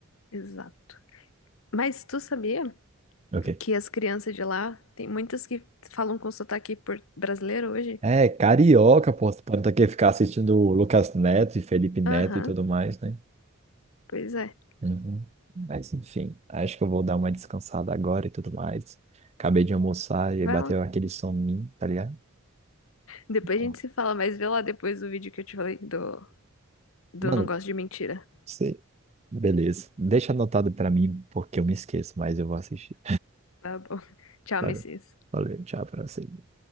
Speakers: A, on the left; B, on the right.
A: Exato. Mas tu sabia
B: Ok.
A: que as crianças de lá, tem muitas que falam com sotaque por- brasileiro hoje?
B: É, carioca, pô, para não ter que ficar assistindo o Lucas Neto e Felipe Neto
A: Aham,
B: e tudo mais, né?
A: pois é.
B: Uhum. Mas enfim, acho que eu vou dar uma descansada agora e tudo mais. Acabei de almoçar e
A: Vai
B: bateu
A: lá.
B: aquele soninho, tá ligado?
A: Depois
B: Ó,
A: a gente se fala, mas vê lá depois o vídeo que eu te falei do, do
B: Mano,
A: Não Gosto de Mentira.
B: você, Beleza. Deixa anotado pra mim, porque eu me esqueço, mas eu vou assistir.
A: Tá bom. <laughs> Tchau,
B: Valeu.
A: Messias.
B: Valeu, tchau pra você.